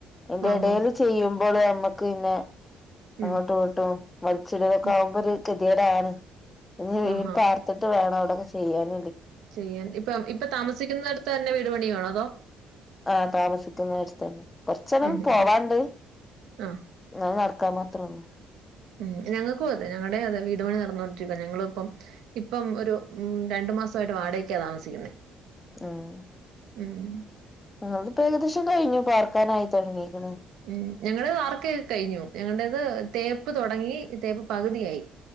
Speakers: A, on the left; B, on the right.
A: എന്റെ
B: ഓഹോ
A: ഇടൽ ചെയ്യുമ്പോൾ നമ്മക്ക് പിന്നെ.
B: ഉം
A: അങ്ങോട്ട് ഇട്ടും വലിച്ചിടല
B: ഉം
A: ആകുമ്പോ ഒരു കെതികട് ആണ് ഇ വീർപ്പ.
B: ആഹാ
A: ഇിട്ട് വേണം അവിയൊക്കെ ചെയ്യാന.
B: ചെയ്യേണ്ടി ഇപ്പൊ ഇപ്പൊ താമസിക്കുന്നിടുത്ത് തന്നെ വീട് പണിയാണോ അതോ.
A: ആ താമസിക്കുന്ന അടുത്തന്നെ കൊറച്ചെനം
B: ഉം
A: പോവാണ്ട്.
B: ഉം ആഹ്
A: ന്നാ നടക്കാൻ മാത്രള്ളൂ.
B: ഉം ഞങ്ങക്കും അതെ ഞങ്ങളുടെ അതെ വീട് പണി നടന്നുകൊണ്ടിരിക്ക ഞങ്ങളിപ്പം. ഇപ്പം ഒരു ഉം രണ്ടു മാസമായിട്ട് വാടകക്കാ താമസിക്കുന്നേ.
A: <inaudible>
B: <inaudible>
A: മ് അതൊണ്ട് ഇപ്പോ ഏകദേശം കഴിഞ്ഞു പാർക്കാനായി തുടങ്ങീയിക്ക്ണ്.
B: ഉം ഞങ്ങളേത് വാർക്ക് കഴിഞ്ഞു ഞങ്ങളടേത് തേപ്പ് തുടങ്ങി തേപ്പ് പകുതിയായി.